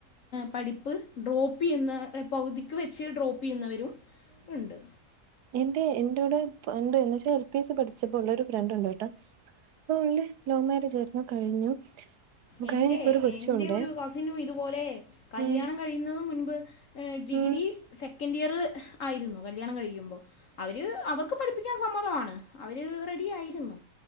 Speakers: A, on the left (about 60°); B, on the right (about 85°).
A: പഠിപ്പ് ഡ്രോപ്പ് ചെയ്യുന്ന പൗതിക്ക് വെച്ച് ഡ്രോപ്പ് ചെയ്യുന്നവരും ഉണ്ട്.
B: എന്തെ എന്റൗട് പ ഇണ്ട് എന്നേച്ച എൽ പി എസി‌ പഠിച്ചപ്പോ ഉള്ള ഒരു ഫ്രണ്ട് ഉണ്ട് ട്ടോ. ഇപ്പൊ ഉള്ള ലോവ് മാരേജ് ആയിരുന്നു കഴിഞ്ഞു.
A: എന്റെ
B: കഴിഞ്ഞിപ്പോ ഒരു കൊച്ചുണ്ടേ
A: എന്റെ ഒരു കസിനും ഇതുപോലെ കല്യാണം
B: ഉം
A: കഴിയുന്നതും മുൻപ് ഏഹ് ഡിഗ്രി
B: ഹലോ
A: സെക്കൻഡ് ഇയർ ആയിരുന്നു കല്ല്യാണം കഴിക്കുമ്പോ അവര് അവക്ക് പഠിപ്പിക്ക ക്കാൻ സമ്മതമാണ് അവര് റെഡി ആയിരുന്നു